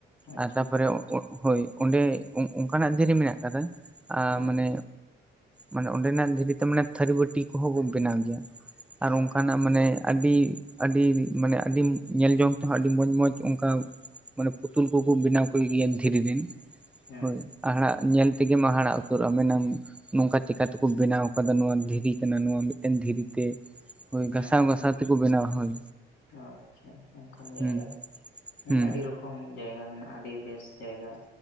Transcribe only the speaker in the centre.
ᱟᱨ ᱛᱟᱯᱚᱨᱮ
ᱦᱳᱭ ᱚᱸᱰᱮ ᱚᱱᱠᱟᱱᱟᱜ ᱫᱷᱤᱨᱤ ᱢᱮᱱᱟᱜ ᱠᱟᱫᱟ᱾ ᱟ
ᱢᱟᱱᱮ ᱢᱟᱱᱮ ᱚᱸᱰᱮᱱᱟᱜ ᱫᱷᱤᱨᱤᱛᱮ ᱢᱟᱱᱮ ᱛᱷᱟᱹᱨᱤᱵᱟᱹᱴᱤ ᱠᱚᱦᱚ ᱠᱚ ᱵᱮᱱᱟᱣ ᱜᱮᱭᱟ᱾ ᱟᱨ
ᱚᱝᱠᱟᱱᱟᱜ ᱢᱟᱱᱮ ᱟᱹᱰᱤ ᱟᱹᱰᱤ ᱢᱟᱱᱮ ᱟᱹᱰᱤ ᱧᱮᱞ ᱡᱚᱝ ᱛᱮᱦᱚᱸ ᱟᱹᱰᱤ ᱢᱚᱡᱽ ᱢᱚᱡᱽ ᱚᱱᱠᱟ ᱢᱟᱱᱮ ᱯᱩᱛᱩᱞ ᱠᱩᱠᱩ ᱵᱮᱱᱟᱣ ᱠᱚ ᱜᱮᱭᱟ ᱫᱷᱤᱨᱤ ᱨᱮᱱ
ᱦᱳᱭ᱾ ᱦᱟᱦᱟᱲᱟᱜ ᱧᱮᱞ ᱛᱮᱜᱮᱢ ᱦᱟᱦᱟᱲᱟᱜ ᱩᱛᱟᱹᱨᱚᱜᱼᱟ ᱢᱮᱱᱟᱢ ᱱᱚᱝᱠᱟ ᱪᱤᱠᱟ ᱛᱮᱠᱚ ᱵᱮᱱᱟᱣ ᱠᱟᱫᱟ ᱱᱚᱣᱟ ᱫᱷᱤᱨᱤ ᱠᱟᱱᱟ ᱱᱚᱣᱟ ᱢᱤᱜᱴᱮᱱ ᱫᱷᱤᱨᱤᱛᱮ᱾ ᱦᱳᱭ
ᱜᱷᱟᱥᱟᱣ
ᱜᱷᱟᱥᱟᱣ ᱛᱮᱠᱩ ᱵᱮᱱᱟᱣᱟ ᱦᱳᱭ᱾
ᱦᱩᱸ
ᱦᱩᱸ